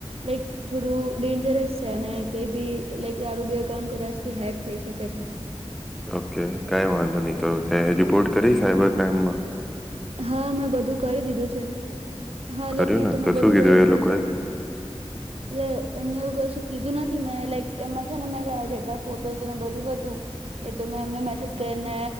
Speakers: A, on the right (about 60°); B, in the centre.
A: લાઈક થોડું ડેન જર જ સે અને કઈ બી લાઈક તારું બી અકાઉન્ટ કદાચથી હેક થઈ શકે છે.
B: ઓકે કઈ વાંધો નહી તો તે રિપોર્ટ કરી સાયબર ક્રાઈમમાં?
A: હા મેં બધું કરી દીધું છે હા
B: કર્યું
A: લાઈક એ
B: ને
A: તો મેં બધું
B: શું કીધું
A: કરી દીધું
B: એ લોકોએ
A: છે એટલે એમને એવું કશું કીધું નથી મેં લાઈક એમાં છે ને મેં ત જેટલા ફોટોસ ને બધું હતું એ તો મેં એમને મેસેજ કરીને